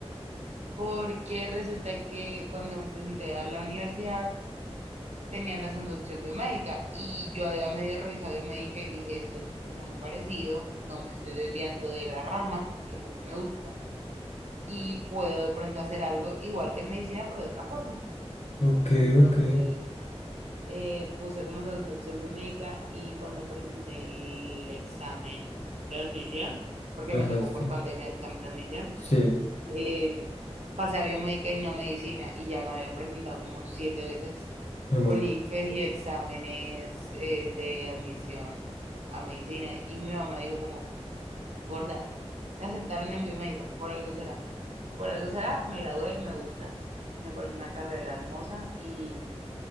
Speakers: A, on the right (about 85°); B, on the left (about 80°).
A: <laughs> porque resulta que cuando me presenté a la universidad tenían la segunda opción biomédica y yo había medio revisado biomédica y dije, esto es muy parecido, no me estoy desviando de la rama, que es lo que me gusta, y puedo de pronto hacer algo igual que en medicina, pero de otra forma.
B: Ok,
A: Entonces,
B: ok.
A: eh, puse como segunda opción biomédica y cuando presenté el examen de admisión, porque
B: Pasaste.
A: me tocó por pandemia el examen de admisión,
B: Sí,
A: eh, pasé a biomédica y no medicina y ya me había presentado como siete veces
B: a mí.
A: con ICFES y exámenes eh, de admisión a medicina y mi mamá dijo como, gorda, te aceptaron en biomédica, por algo será. Por algo será, me gradué, me gusta, me parece una carrera hermosa y